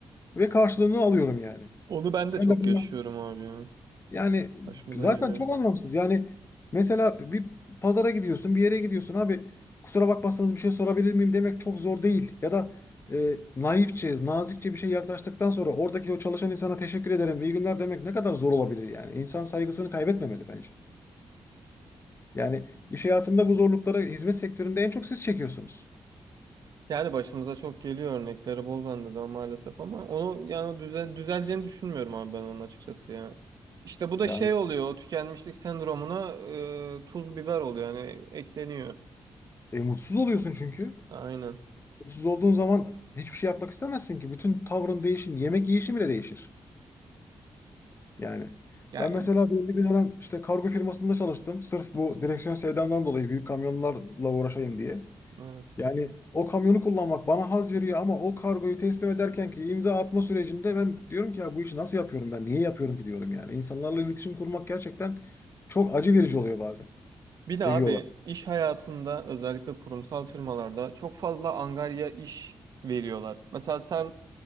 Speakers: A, on the left; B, on the right.
A: ve karşılığını alıyorum yani.
B: Onu ben
A: Sen
B: de çok
A: de bana
B: yaşıyorum abi ya.
A: Yani
B: Başımıza
A: zaten
B: geliyor.
A: çok anlamsız. Yani mesela bir pazara gidiyorsun, bir yere gidiyorsun abi. Kusura bakmazsanız bir şey sorabilir miyim demek çok zor değil. Ya da e, naifçe, nazikçe bir şey yaklaştıktan sonra oradaki o çalışan insana teşekkür ederim, iyi günler demek ne kadar zor olabilir yani. İnsan saygısını kaybetmemeli bence. Yani iş hayatında bu zorlukları hizmet sektöründe en çok siz çekiyorsunuz.
B: Yani başımıza çok geliyor örnekleri bol bende de maalesef ama onu yani düze, düzeleceğini düşünmüyorum abi ben onun açıkçası ya. İşte bu da
A: Yani
B: şey oluyor o tükenmişlik sendromuna e, tuz biber oluyor yani ekleniyor.
A: e, mutsuz oluyorsun çünkü.
B: Aynen.
A: Mutsuz olduğun zaman hiçbir şey yapmak istemezsin ki. Bütün tavrın değişir, yemek yiyişin bile değişir. Yani
B: Yani
A: ben mesela
B: bu-
A: belli bir dönem işte kargo firmasında çalıştım. Sırf bu direksiyon sevdamdan dolayı büyük kamyonlarla uğraşayım diye.
B: evet.
A: Yani o kamyonu kullanmak bana haz veriyor ama o kargoyu teslim ederken ki imza atma sürecinde ben diyorum ki ya bu işi nasıl yapıyorum ben? Niye yapıyorum ki diyorum yani. İnsanlarla iletişim kurmak gerçekten çok acı verici oluyor bazen.
B: Bir
A: Seviyorlar.
B: de abi iş hayatında özellikle kurumsal firmalarda çok fazla angarya iş veriyorlar. Mesela sen